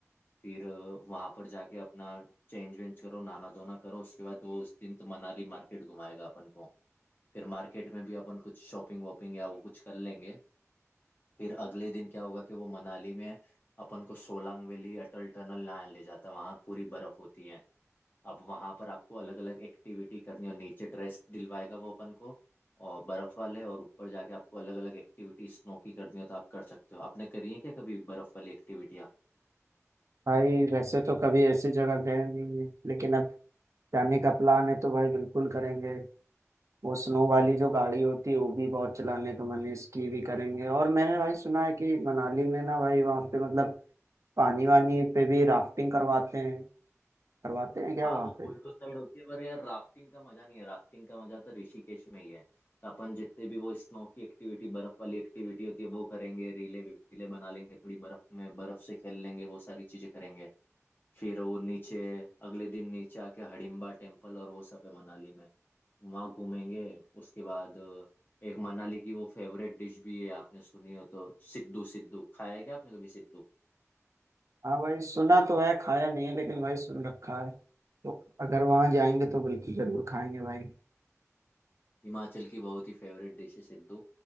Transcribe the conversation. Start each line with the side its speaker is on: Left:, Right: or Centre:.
Left: फिर वहां पर जाके अपना चेंज वेंज करो नहाना धोना करो उसके बाद वो उस दिन तो मनाली मार्केट घुमाएगा अपन को फिर मार्केट में भी अपन कुछ शॉपिंग वॉपिंग या वो कुछ कर लेंगे फिर अगले दिन क्या होगा कि वो मनाली में अपन को सोलांग वैली अटल टनल ना ले जाता वहाँ पूरी बर्फ होती है अब वहां पर आपको अलग अलग एक्टिविटी करनी और नीचे ड्रेस दिलवाएगा वो अपन को और बर्फ वाले और ऊपर जाके आपको अलग अलग एक्टिविटी स्नो की करनी हो तो आप कर सकते हो आपने करी है क्या कभी बर्फ वाली एक्टिविटियाँ
Right: भाई वैसे तो कभी ऐसी जगह गए नहीं है लेकिन अब जाने का प्लान है तो भाई बिल्कुल करेंगे वो स्नो वाली जो गाड़ी होती है वो भी बहुत चलाने का मन है स्की भी करेंगे और मैंने भाई सुना है कि मनाली में ना भाई वहाँ पे मतलब पानी वानी पे भी राफ्टिंग करवाते हैं करवाते हैं क्या
Left: हाँ
Right: वहाँ
Left: वो
Right: पे
Left: कुल्लू साइड होती है पर यार राफ्टिंग का मजा नहीं है राफ्टिंग का मजा तो ऋषिकेश में ही है तो अपन जितने भी वो स्नो की एक्टिविटी बर्फ वाली एक्टिविटी होती है वो करेंगे रीले वीले बना लेंगे थोड़ी बर्फ में बर्फ से खेल लेंगे वो सारी चीजें करेंगे फिर वो नीचे अगले दिन नीचे आके हडिम्बा टेम्पल और वो सब है मनाली में वहाँ घूमेंगे उसके बाद एक मनाली की वो फेवरेट डिश भी है आपने सुनी हो तो सिद्धू सिद्धू खाया है क्या आपने कभी सिद्धू
Right: हाँ भाई सुना तो है खाया नहीं है लेकिन भाई सुन रखा है तो अगर वहाँ जाएंगे तो बिल्कुल जरूर खाएंगे भाई
Left: हिमाचल की बहुत ही फेवरेट डिश है सिद्धू